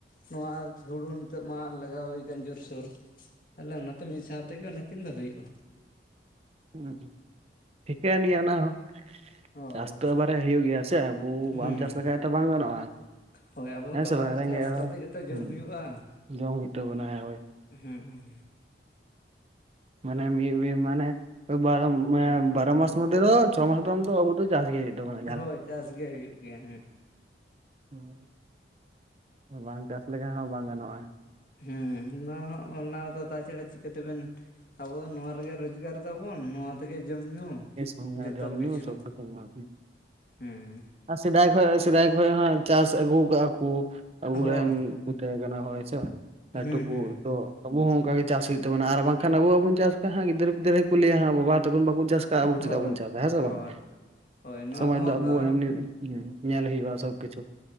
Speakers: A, on the left; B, on the right.
A: ᱱᱚᱣᱟ ᱦᱩᱲᱩ ᱱᱤᱛᱳᱜ ᱢᱟ ᱞᱟᱜᱟᱣ ᱦᱩᱭ ᱠᱟᱱ ᱡᱳᱨ-ᱥᱳᱨ, ᱛᱟᱦᱚᱞᱮ ᱚᱱᱟᱛᱮ ᱢᱤᱫ ᱥᱟᱶ ᱛᱮᱜᱮ ᱚᱱᱮ ᱠᱤᱱ ᱫᱚ ᱦᱩᱭᱩᱜᱼᱟ᱾
B: ᱦᱩᱸ, ᱴᱷᱤᱠᱟᱹᱭᱮᱱ ᱜᱮᱭᱟ ᱚᱱᱟ ᱦᱚᱸ᱾
A: ᱦᱳᱭ
B: ᱪᱟᱥ ᱛᱚ ᱮᱵᱟᱨᱮ ᱦᱩᱭᱩᱜ ᱜᱮᱭᱟ ᱥᱮ ᱟᱵᱚ
A: ᱦᱩᱸ
B: ᱵᱟᱢ ᱪᱟᱥ ᱞᱮᱠᱷᱟᱡ ᱛᱚ ᱵᱟᱝ ᱜᱟᱱᱚᱜᱼᱟ᱾
A: ᱦᱳᱭ ᱟᱵᱚ ᱦᱚᱸ
B: ᱦᱮᱸ
A: ᱛᱚ
B: ᱥᱮ ᱵᱟᱝ
A: ᱟᱨ
B: ᱨᱮᱸᱜᱮᱡ
A: ᱪᱟᱥ
B: ᱦᱚᱲ
A: ᱠᱟᱛᱮᱫ ᱜᱮᱛᱚ ᱡᱚᱢ
B: ᱦᱩᱸ
A: ᱦᱩᱭᱩᱜᱼᱟ᱾
B: ᱡᱚᱢ ᱦᱩᱭᱩᱜ ᱛᱟᱵᱚᱱᱟ ᱦᱳᱭ
A: ᱦᱩᱸᱻ᱾
B: ᱢᱟᱱᱮ ᱢᱤᱜ ᱢᱤᱜ ᱢᱟᱱᱮ ᱵᱟᱨᱚ ᱢᱮ ᱵᱟᱨᱚ ᱢᱟᱥ ᱢᱚᱫᱫᱷᱮ ᱫᱚ ᱪᱷᱚ ᱢᱟᱥ ᱫᱚ ᱚᱱᱛᱚ ᱚᱵᱚ ᱫᱚ ᱪᱟᱥ ᱜᱮ ᱦᱩᱭᱩᱜ ᱛᱟᱵᱚᱱᱟ
A: ᱦᱳᱭ ᱪᱟᱥ ᱜᱮ ᱦᱩᱭᱩᱜ ᱜᱮᱭᱟ ᱦᱩᱸ᱾
B: ᱦᱩᱸ, ᱟᱨ ᱵᱟᱝ ᱪᱟᱥ ᱞᱮᱠᱷᱟᱱ ᱦᱚᱸ ᱵᱟᱝ ᱜᱟᱱᱚᱜᱼᱟ᱾
A: ᱦᱩᱸᱻ ᱚᱱᱟ ᱦᱚᱸ ᱚᱱᱟ ᱫᱚ ᱛᱟᱪᱷᱟᱲᱟ ᱪᱤᱠᱟᱹᱛᱮᱵᱮᱱ ᱟᱵᱚ ᱫᱚ ᱱᱚᱣᱟ ᱨᱮᱜᱮ ᱨᱚᱡᱽᱜᱟᱨ ᱛᱟᱵᱚᱱ ᱱᱚᱣᱟ ᱛᱮᱜᱮ ᱡᱚᱢ ᱧᱩ᱾
B: <unintelligible>
A: ᱡᱚᱛᱚ
B: ᱡᱚᱢ
A: ᱠᱤᱪᱷᱩ
B: ᱧᱩ <unintelligible>
A: ᱦᱩᱸ
B: ᱟᱨ ᱥᱮᱫᱟᱭ ᱠᱷᱚᱡ ᱥᱮᱫᱟᱭ ᱠᱷᱚᱡ ᱦᱚᱸ ᱪᱟᱥ ᱟᱹᱜᱩ ᱠᱟᱜᱼᱟ ᱠᱚ ᱟᱵᱩ
A: ᱦᱳᱭ
B: ᱨᱮᱱ ᱤᱴᱟᱹ ᱠᱟᱱᱟ ᱦᱳᱭ ᱥᱮ ᱟᱨ
A: ᱦᱩᱸ
B: ᱴᱩᱠᱩ
A: ᱦᱩᱸ
B: ᱫᱚ ᱟᱵᱚ ᱦᱚᱸ ᱚᱝᱠᱟ ᱜᱮ ᱪᱟᱥ ᱦᱩᱭᱩᱜ ᱛᱟᱵᱚᱱᱟ ᱵᱟᱝᱠᱷᱟᱱ ᱟᱵᱚ ᱵᱟᱵᱩᱱ ᱪᱟᱥ ᱠᱷᱟᱱ ᱦᱟᱸᱜ ᱜᱤᱫᱟᱹᱨ ᱯᱤᱫᱟᱹᱨ ᱜᱮᱠᱚ ᱞᱟᱹᱭᱟ ᱦᱟᱸᱜ ᱵᱟᱵᱟ ᱛᱟᱠᱚᱱ ᱵᱟᱠᱚ <unintelligible> ᱟᱵᱚ
A: ᱦᱳᱭ
B: ᱪᱮᱫᱟᱜ ᱵᱚᱱ ᱪᱟᱥᱟ ᱦᱮᱸ ᱥᱮ
A: ᱦᱳᱭ
B: ᱵᱟᱝ?
A: ᱦᱳᱭ ᱱᱚᱣᱟ
B: ᱥᱚᱢᱟᱡᱽ
A: ᱠᱚᱦᱚᱸ
B: ᱫᱚ ᱟᱵᱚ
A: ᱛᱚ
B: ᱮᱢᱱᱤ <inaudible> ᱧᱮᱞ ᱦᱩᱭᱩᱜᱼᱟ ᱥᱚᱵ ᱠᱤᱪᱷᱩ᱾